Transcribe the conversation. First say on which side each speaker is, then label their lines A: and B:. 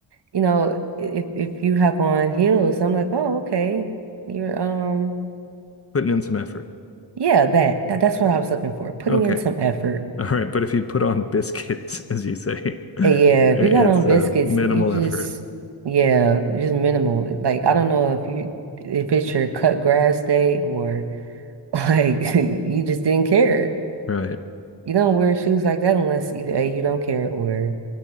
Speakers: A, on the right (about 65°); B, on the left (about 30°).
A: you know, if if you have on heels, I'm like, oh, okay. You're um
B: putting in some effort.
A: yeah, that, that that's what I was looking for. Putting
B: Okay,
A: in some effort.
B: all right, but if you put on biscuits, <laughs> as you say, <laughs> i-
A: And yeah, if
B: it's
A: you got on biscuits,
B: uh, minimal
A: you just
B: effort,
A: yeah, just minimal. Like I don't know if you if it's your cut grass day or <laughs> like you just didn't care.
B: right?
A: You don't wear shoes like that unless either A, you don't care or